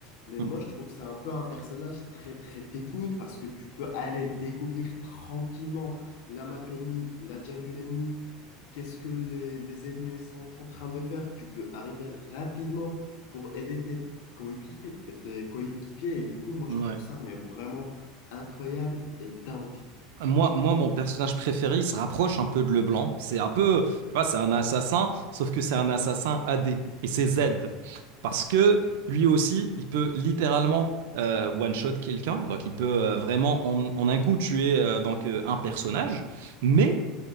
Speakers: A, on the left (about 65°); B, on the right (about 80°).
A: Mais
B: Hmm.
A: moi, je trouve c'est un peu un personnage très très technique parce que tu peux aller découvrir tranquillement la map ennemie, la jungle ennemie, qu'est-ce que les, les ennemis sont en train de faire. Tu peux arriver rapidement pour aider tes coéquipiers. tes coéquipiers. Et du coup, moi,
B: Ouais.
A: je trouve ça mais vraiment incroyable et dingue.
B: Moi, moi, mon personnage préféré, il se rapproche un peu de Leblanc. C'est un peu, tu vois, c'est un assassin, sauf que c'est un assassin AD. Et c'est Z. Parce que lui aussi, il peut littéralement euh, one-shot quelqu'un. Donc, il peut euh, vraiment, en, en un coup, tuer euh, donc, euh, un personnage. Mais